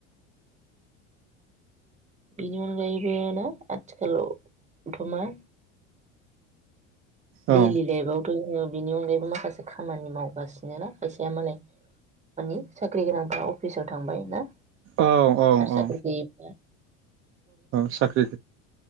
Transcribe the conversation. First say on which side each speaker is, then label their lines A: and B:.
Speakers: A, on the right (about 20°); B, on the right (about 40°).
A: बेनि अनगायैबो ना आथिखालावथ' मा दैलि
B: औ
A: लाइभआव जोङो बिनि अनगायैबो माखासे खामानि मावगासिनो ना खायसेया मालाय माने साख्रि गोनांफ्रा अफिसाव थांबाय ना आरो
B: औ औ
A: साख्रि
B: औ
A: गैयिफ्रा
B: साख्रि